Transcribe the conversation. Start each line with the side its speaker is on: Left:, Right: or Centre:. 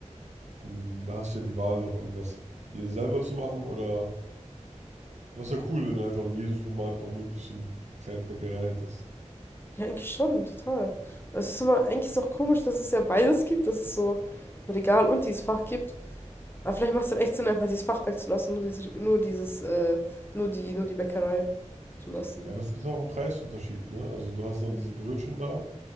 Right: mh, da hast du ja die Wahl, noch irgendwas dir selber zu machen oder Aber es ist ja cool, wenn du einfach in jedem Supermarkt auch wirklich so eine kleine Bäckerei hättest.
Left: Ja, eigentlich schon, total. Aber es ist immer, eigentlich ist auch komisch, dass es ja beides gibt, dass es so ein Regal und dieses Fach gibt. Aber vielleicht macht es dann echt Sinn, einfach dieses Fach wegzulassen, nur dieses, nur dieses, äh, nur die, nur die Bäckerei zu lassen.
Right: Ja, aber es ist auch ein Preisunterschied, ne? Also du hast dann diese Brötchen da,